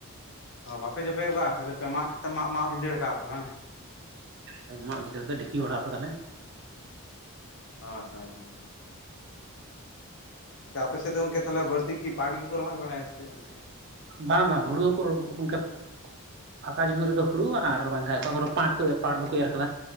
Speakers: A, on the left; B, on the right.
A: ᱵᱟᱯᱮ ᱡᱚᱵᱮ ᱣᱟᱠᱟᱜᱼᱟ ᱠᱷᱟᱞᱤ ᱯᱮ ᱢᱟᱜ ᱠᱟᱛᱮ ᱢᱟᱜ ᱢᱟᱜ ᱵᱷᱤᱸᱫᱟᱹᱲ ᱠᱟᱜᱼᱟ ᱯᱮ ᱵᱟᱝ
B: ᱦᱚᱭ ᱢᱟᱜ ᱵᱤᱫᱟᱹᱲ ᱛᱮ ᱰᱷᱤᱯᱤ ᱵᱟᱲᱟᱣ ᱠᱟᱫᱟᱞᱮ᱾
A: ᱦᱳᱭ ᱦᱳᱭ ᱦᱳᱭ, ᱛᱚ ᱟᱯᱮ ᱥᱮᱫ ᱫᱚ ᱜᱚᱝᱠᱮ ᱛᱟᱦᱚᱞᱮ ᱵᱟᱹᱲᱛᱤ ᱠᱤ ᱯᱟᱴ ᱜᱮᱠᱚ ᱨᱚᱦᱚᱭ ᱵᱟᱲᱟᱭᱟ ᱥᱮ ᱪᱮᱫ ᱞᱮᱠᱟ?
B: ᱵᱟᱝ ᱵᱟᱝ ᱦᱩᱲᱩ ᱦᱚᱸᱠᱚ ᱨᱚᱦᱚᱭ ᱜᱚᱝᱠᱮ᱾ ᱯᱷᱟᱸᱠᱟ ᱡᱩᱢᱤ ᱨᱮᱫᱚ ᱦᱩᱲᱩ ᱟᱨ ᱵᱟᱝᱠᱷᱟᱡ ᱚᱠᱟ ᱠᱚᱨᱮ ᱯᱟᱸᱴ ᱠᱚ ᱯᱟᱴ ᱫᱚᱠᱚ ᱮᱨ ᱟᱠᱟᱫᱟ,